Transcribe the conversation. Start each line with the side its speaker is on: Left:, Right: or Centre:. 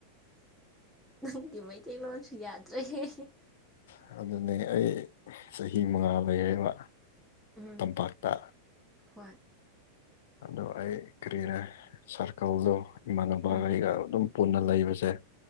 Centre: ꯑ ꯅꯪꯒꯤ ꯃꯩꯇꯩꯂꯣꯟꯁꯨ ꯌꯥꯗ꯭ꯔꯦꯍꯦ
Left: ꯑ ꯑꯗꯨꯅꯦ ꯑꯩ ꯆꯍꯤ ꯃꯉꯥ ꯂꯩꯔꯦꯕ
Centre: ꯎꯝ
Left: ꯇꯝꯄꯥꯛꯇ
Centre: ꯍꯣꯏ
Left: ꯑꯗꯣ ꯑꯩ ꯀꯔꯤꯔꯦ ꯁꯥꯔꯀꯜꯗꯣ ꯏꯃꯥꯟꯅꯕꯒꯩꯒ
Centre: ꯎꯝ
Left: ꯑꯗꯨꯝ ꯄꯨꯟꯅ ꯂꯩꯕꯁꯦ